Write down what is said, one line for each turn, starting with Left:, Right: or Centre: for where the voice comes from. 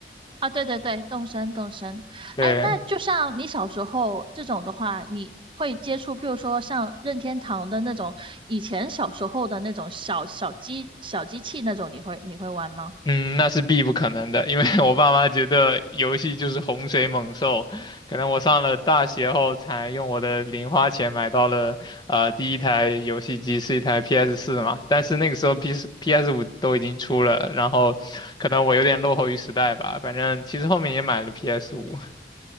Right: 啊，对对对，动身动身。
Left: 对，
Right: 哎，那就像你小时候这种的话，你会接触，譬如说像任天堂的那种，以前小时候的那种小小机小机器那种，你会你会玩吗？
Left: 嗯，那是必不可能的，因为 <laughs> 我爸妈觉得游戏就是洪水猛兽，可能我上了大学后才用我的零花钱买到了呃第一台游戏机是一台 PS4 嘛，但是那个时候 P s PS5 都已经出了，然后可能我有点落后于时代吧，反正其实后面也买了 PS5，